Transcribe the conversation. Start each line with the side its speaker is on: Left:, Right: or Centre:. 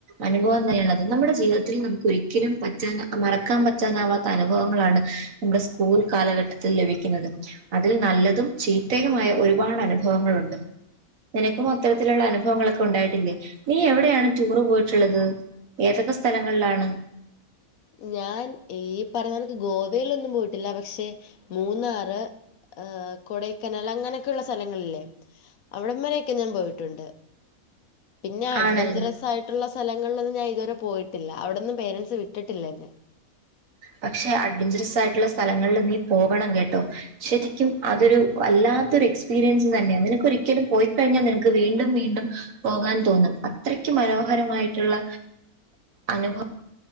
Right: അനുഭവം തന്നെയാണ് അത് നമ്മുടെ ജീവിതത്തിൽ നമുക്ക് ഒരിക്കലും പറ്റാന മറക്കാൻ പറ്റാനാവാത്ത അനുഭവങ്ങളാണ് നമ്മുടെ സ്കൂൾ കാലഘട്ടത്തിൽ ലഭിക്കുന്നുന്നത് അതിൽ നല്ലതും ചീത്തയുമായ ഒരുപാട് അനുഭവങ്ങളുണ്ട് നിനക്കും അത്തരത്തിലുള്ള അനുഭവങ്ങളൊക്കെ ഉണ്ടായിട്ടില്ലേ നീ എവിടെയാണ് ടൂറ് പോയിട്ടുള്ളത് ഏതൊക്കെ സ്ഥലങ്ങളിലാണ്
Left: ഞാൻ ഈ പറഞ്ഞ കണക്ക് ഗോവെലൊന്നും പോയിട്ടില്ല പക്ഷെ മൂന്നാറ് ഏ കൊടൈക്കനൽ അങ്ങനെയൊക്കെയ ഉള്ള സ്ഥലങ്ങളില്ലേ അവിടം വരൊക്കെ ഞാൻ പോയിട്ടുണ്ട് പിന്നെ അഡ്വെഞ്ചറസ്
Right: ആണല്ലേ
Left: ആയിട്ടുള്ള സ്ഥലങ്ങളിലൊന്നും ഞാൻ ഇതുവരെ പോയിട്ടില്ല അവിടന്നും പേരൻറ്സ് വിട്ടിട്ടില്ല എന്നെ
Right: പക്ഷെ അഡ്വെഞ്ചറസ് ആയിട്ടുള്ള സ്ഥലങ്ങളിൽ നീ പോകണം കേട്ടോ ശരിക്കും അതൊരു വല്ലാത്തൊരു എക്സ്പീരിയൻസ് തന്നെയ നിനക്കൊരി ഒരിക്കലു പോയിക്കഴിഞ്ഞാൽ നിനക്ക് വീണ്ടും വീണ്ടും പോകാൻ തോന്നും അത്രക്ക് മനോഹരമായിട്ടുള്ള അനുഭ